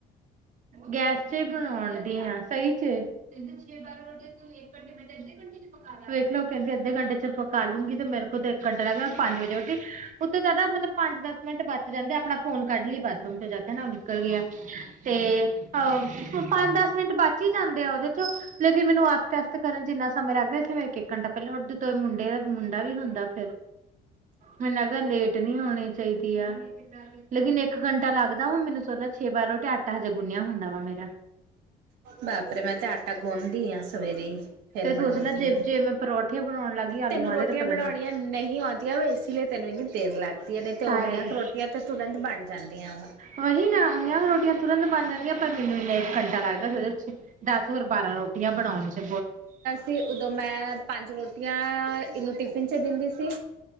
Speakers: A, on the right (about 50°); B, on the right (about 85°).
A: ਗੈਸ ਚ ਹੀ ਬਣਾਣ ਦੀ ਹਾਂ ਸਹੀ ਚ ਕਹਿੰਦੇ ਛੇ ਬਾਰਾਂ ਰੋਟੀਆ ਕੋਈ ਇਕ ਘੰਟੇ ਮੈ ਤੇ ਅੱਧੇ ਅੱਧੇ ਘੰਟੇ ਚ--ਪਕਾ ਲਾ ਕਰ ਲੂੰਗੀ ਤੇ, ਮੇਰੇ ਕੋਲ ਤੇ ਇੱਕ ਘੰਟਾ ਰਹਿ ਗਿਆ। ਮੈਂ ਪੰਜ ਵਜੇ ਉੱਠੀ, ਉੱਥੇ ਜ਼ਿਆਦਾ ਮਤਲਬ ਪੰਜ-ਦੱਸ ਮਿੰਟ ਬਚ ਜਾਂਦੇ, ਆਪਣਾ ਫੋਨ ਕੱਢ ਲਈ ਬਾਥਰੂਮ 'ਚ ਜਾ ਕੇ, ਨਿਕਲ ਗਿਆ ਤੇ ਹਾਂ, ਪੰਜ-ਦੱਸ ਮਿੰਟ ਬਚ ਹੀ ਜਾਂ ਉਹਦੇ 'ਚੋਂ, ਲੇਕਿਨ ਮੈਨੂੰ ਆਸਤੇਾਸ ਕਰਨ 'ਚ ਇੰਨਾ ਸਮੇ ਲੱਗਦਾ, ਇਸ ਲਈ ਮੇ ਇੱਕ ਘੰਟਾ ਪਹਿਲਾਂ ਉ ਮੁੰਡੇ ਦਾ ਮੁੰਡਾ ਵੀ ਹੁੰਦਾ ਫਿਰ, ਮੈਨੂੰ ਲੱਗਦਾ ਲੇਟ ਨਹੀਂ ਹੋਣੀ ਚਾਹੀਦੀ। ਲੇਕਿਨ ਇੱਕ ਘੰਟਾ ਲੱਗਦਾ ਵਾ ਮੈਨੂੰ, ਸੋ ਛੇ ਬਾਰ ਰੋਟੀ ਆਟਾ ਹਜੇ ਗੁੰਣਿਆ ਹੁੰਦਾ ਵਾ ਮੇਰਾ।
B: ਬਾਪ ਰੇ ਮੈਂ ਤੇ, ਆਟਾ ਗੋਣਦੀ ਆਂ ਸਵੇਰੇ। ਫੇਿਰ
A: ਤੇ ਸੋਚ
B: ਬਣਾਉਂਦੀ
A: ਲੈ ਜੇ
B: ਆ।
A: ਜੇ ਮੈਂ ਪਰੌਠੇ ਬਣਾਉਣ ਲੱਗ ਗਈ ਆਲੂਆਂ
B: ਤੈਨੂੰ ਰੋਟੀਆਂ
A: ਦੇ ਤੇ ਪਤਾ
B: ਬਣਾਉਣੀਆਂ
A: ਨੀ
B: ਨਹੀਂ ਆਉਂਦੀਆਂ ਵ, ਇਸ ਲਈ ਤੈਨੂੰ ਇੰਨੀ ਦੇਰ ਲੱਗਦੀਆਂ, ਨੇ
A: ਸ਼ਾਇਦ
B: ਤੇ ਉਨੀਆਂ 'ਕੁ ਰੋਟੀਆਂ ਤਾਂ ਤੁਰੰਤ, ਬਣ ਜਾਂਦੀਆਂ ਵਾਂ।
A: ਵਹੀ ਨਾ, ਉਹਨੀਆਂ ਰੋਟੀਆਂ ਤੁਰੰਤ ਬਣ ਜਾਂਦੀਆਂ, ਪਰ ਮੈਨੂੰ ਇੰਨਾ ਇੱਕ ਘੰਟਾ ਲੱਗਦਾ ਦੇ 'ਚ ਦੱਸ ਹੋਰ, ਬਾਰਾਂ ਰੋਟੀਆਂ ਬਣਾਉਣ 'ਚ
B: ਤੇ ਉਦੋਂ ਮੈਂ, ਪੰਜ ਰੋਟੀਆਂ ਇਹਨੂੰ ਟਿਫਿਨ 'ਚ ਦਿੰਦੀ ਸੀ।